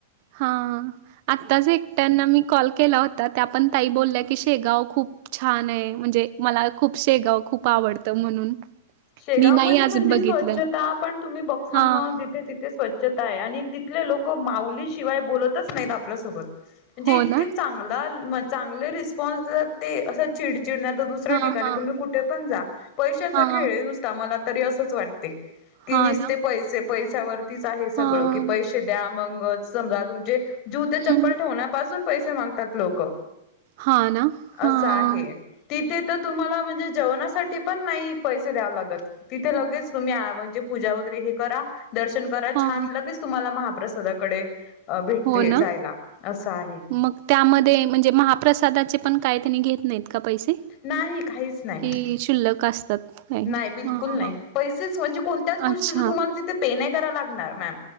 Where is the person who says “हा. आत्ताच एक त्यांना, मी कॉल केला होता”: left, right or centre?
Right